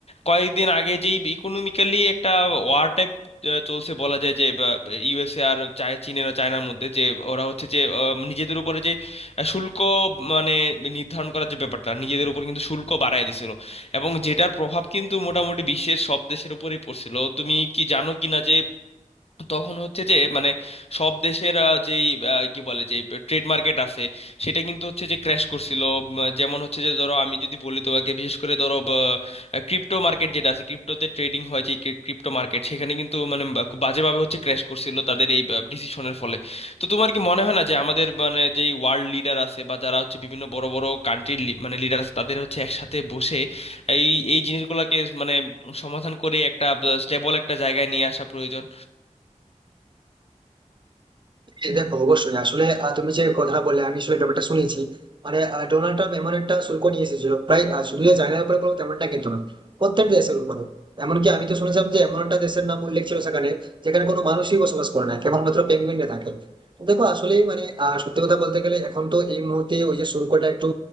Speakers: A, on the left; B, on the right.
A: কয়েকদিন আগে যেই ইকোনমিক্যালি একটা ওয়ার টাইপ চলছে বলা যায় যে ইউএসএ আর চায় চীনের আর চায়নার মধ্যে যে ওরা হচ্ছে যে আহ, নিজেদের উপরে যে শুল্ক মানে নির্ধারণ করার যে ব্যাপারটা নিজেদের উপর কিন্তু শুল্ক বাড়ায় দিছিল এবং যেটার প্রভাব কিন্তু মোটামুটি বিশ্বের সব দেশের উপরেই পড়ছিল তুমি কি জানো কিনা যে তখন হচ্ছে যে মানে সব দেশের আহ, যেই আহ, কি বলে যে ট্রেড মার্কেট আছে সেটা কিন্তু হচ্ছে যে ক্র্যাশ করছিল উম, যেমন হচ্ছে যে ধরো আমি যদি বলি তোমাকে বিশেষ করে ধরো ক্রিপ্টো মার্কেট যেটা আছে ক্রিপ্টোতে ট্রেডিং হয় যে ক্রিপ্টো মার্কেট সেখানে কিন্তু মানে বা- খুব বাজেভাবে হচ্ছে ক্র্যাশ করছিল তাদের এই ডিসিশনের ফলে তো তোমার কি মনে হয় না যে আমাদের মানে যেই ওয়ার্ল্ড লিডার আছে বা যারা হচ্ছে বিভিন্ন বড় বড় কান্ট্রির মানে লিডার আছে তাদের হচ্ছে একসাথে বসে এই এই জিনিসগুলোকে মানে সমাধান করে একটা স্টেবল একটা জায়গায় নিয়ে আসা প্রয়োজন
B: হ্যাঁ, দেখো অবশ্যই আসলে আহ, তুমি যে কথাটা বললে আমি আসলে ব্যাপারটা শুনেছি মানে আহ, ডোনাল্ড ট্রাম্প এমন একটা শুল্ক নিয়ে এসেছিল প্রায় আহ, শুধু যে চায়নার উপরে বলবো তেমনটা কিন্তু না প্রত্যেক দেশের উপরে এমনকি আমি তো শুনেছিলাম যে এমন একটা দেশের নাম উল্লেখ ছিল সেখানে যেখানে কোনো মানুষই বসবাস করে না কেবলমাত্র পেঙ্গুইনরা থাকে তো দেখো আসলেই মানে আহ, সত্যি কথা বলতে গেলে এখন তো এই মুহূর্তে ওই যে শুল্কটা একটু